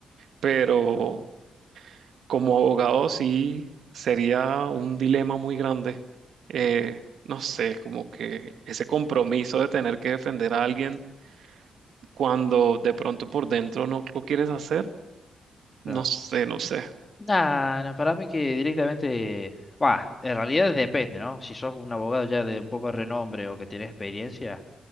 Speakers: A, on the right; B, on the left.
A: Pero como abogado sí sería un dilema muy grande. Eh, no sé, como que ese compromiso de tener que defender a alguien cuando de pronto por dentro no lo quieres hacer, no
B: claro.
A: sé, no sé,
B: Nah, no, para mí que directamente, va, en realidad depende, ¿no? Si sos un abogado ya de un poco de renombre o que tenés experiencia,